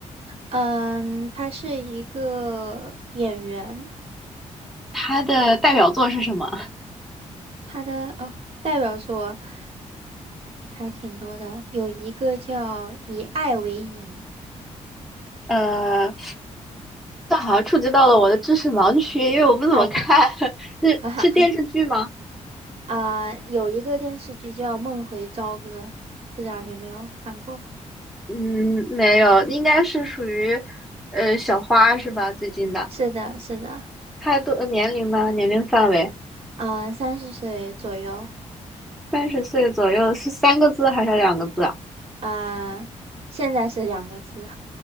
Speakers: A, on the right; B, in the centre.
A: 嗯，他是一个演员，
B: 他的代表作是什么？
A: 他的哦代表作哎还挺多的，有一个叫《以爱为营》
B: 呃，这好像触及到了我的知识盲区，因为我不怎么看。
A: 哦，
B: <laughs> 是是电视剧吗？
A: 哈哈啊，有一个电视剧叫《梦回朝歌》，不知道你有没有看过？
B: 嗯，没有，应该是属于呃小花是吧？最近的，
A: 是的，是的，
B: 太多年龄呢？年龄范围
A: 嗯，三十岁左右，
B: 三十岁左右是三个字还是两个字啊？
A: 啊，现在是两个字，